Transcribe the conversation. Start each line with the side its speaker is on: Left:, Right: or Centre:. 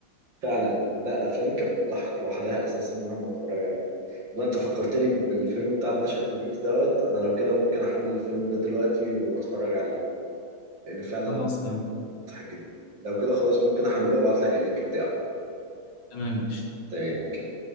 Right: فعلا لا الافلام كانت بتضحك لوحدها اساسا مهما اتفرج عليه والله انت فكرتني بالفيلم بتاع الباشا تلميذ دوت انا لو كده ممكن احمل الفيلم ده دلوقتي واتفرج عليه لان فعلا
Left: خلاص تمام
Right: مضحك جدا لو كده خلاص ممكن احمله وابعت لك اللينك بتاعه
Left: تمام ماشي
Right: تمام اوكي